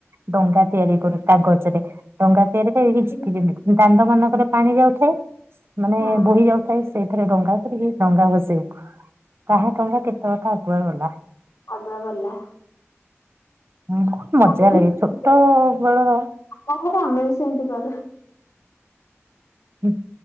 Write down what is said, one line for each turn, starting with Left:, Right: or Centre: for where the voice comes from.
Right: ଡଙ୍ଗା ତିଆରି କରୁ କାଗଜ ରେ ଡଙ୍ଗା ତିଆରି ପାଇଁ <unintelligible>
Left: ହୁଁ
Right: ଦାଣ୍ଡ ମାନଙ୍କରେ ପାଣି ଯାଉଥାଏ ମାନେ
Left: ହଁ
Right: ବୋହି ଯାଉଥାଏ ସେଇଥିରେ ଡଙ୍ଗା କରିକି ଡଙ୍ଗା ଭସେଇବୁ। ତଙ୍ଗା କେତେବେଳେ <unintelligible>
Left: ଆଗୁଆ ଗଲା।
Right: ହଁ ବହୁତ ମଜା
Left: ମୁଁ
Right: ଲାଗେ
Left: ବି ସେମିତି କରେ।
Right: ଛୋଟ ବେଳର
Left: ଆମ ଘରେ ଆମେ ବି ସେମିତି କରୁ।
Right: ହୁଁ।